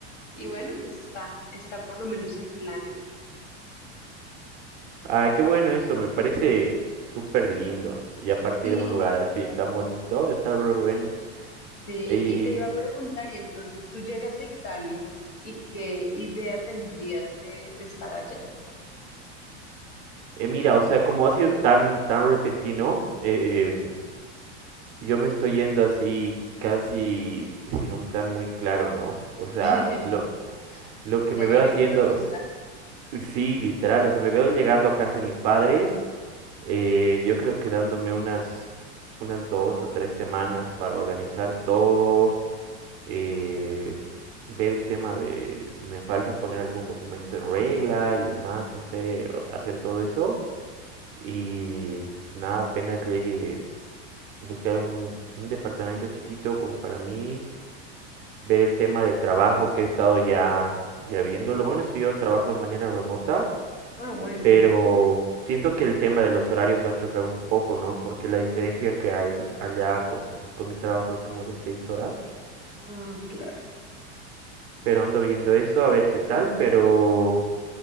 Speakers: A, on the left; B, on the right.
A: Y bueno, pues está, está por lo menos en planes.
B: Ah, qué bueno eso, me parece súper lindo. Y a partir
A: Y,
B: de un lugar así tan bonito, está re bueno.
A: sí,
B: Y
A: y te iba a preguntar, y entonces tú llegas a Italia y qué idea tendrías de, de estar allá?
B: eh, mira, o sea, como ha sido tan, tan repentino, eh, em, yo me estoy yendo así casi sin un plan muy claro, ¿no? O sea,
A: <laughs>
B: lo, lo que
A: Llegar
B: me veo haciendo,
A: a improvisar.
B: sí, literal, o sea, me veo llegando a casa de mis padres, eh, yo creo que dándome unas, unas dos a tres semanas para organizar todo eh, ver el tema de si me falta poner algún documento en regla y demás, no sé, hacer todo eso. Y nada, apenas llegue, buscar un, un departamento chiquito como para mí, ver el tema de trabajo que he estado ya, ya viendo. Lo bueno es que yo trabajo de manera remota,
A: Ah, bueno.
B: pero siento que el tema de los horarios va a chocar un poco, ¿no? Porque la diferencia que hay allá con, con mi trabajo es como de seis horas.
A: Ah, claro.
B: Pero ando viendo eso, a ver qué tal, pero